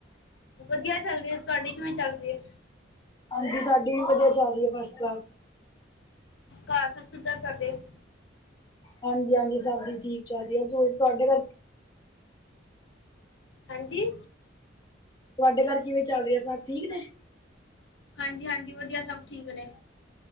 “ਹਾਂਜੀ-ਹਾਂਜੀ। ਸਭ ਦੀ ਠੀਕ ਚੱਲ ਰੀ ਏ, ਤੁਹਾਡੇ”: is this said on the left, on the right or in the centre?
Left